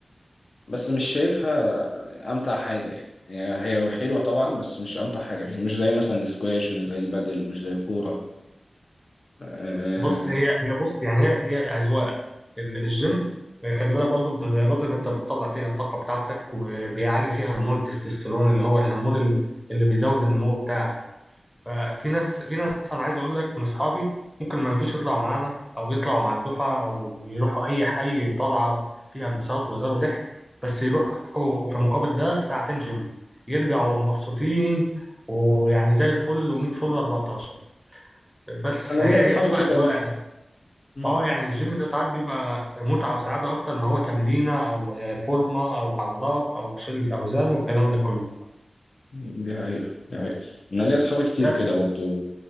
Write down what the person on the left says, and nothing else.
بس مش شايفها امتع حاجه يعني هي هي حلوه طبعا بس مش امتع حاجه يعني مش زي مثلا السكواش مش زي البادل مش زي الكوره آه،
انا
ليا اصحابي
كده
برضه مم.
دي حقيقه دي حقيقه انا ليا اصحابي كتير
كده برضه